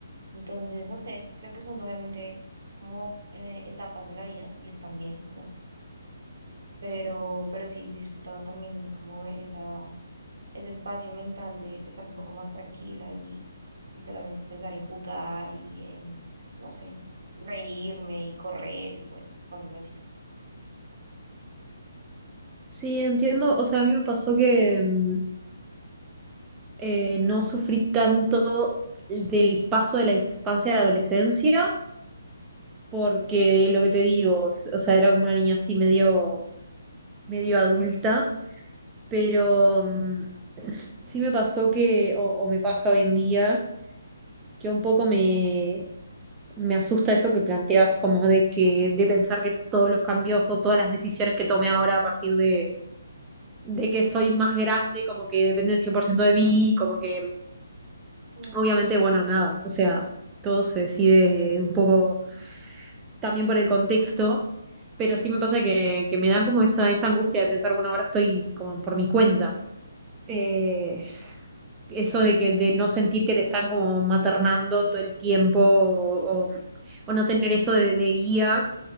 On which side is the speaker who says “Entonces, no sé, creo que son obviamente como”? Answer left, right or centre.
Right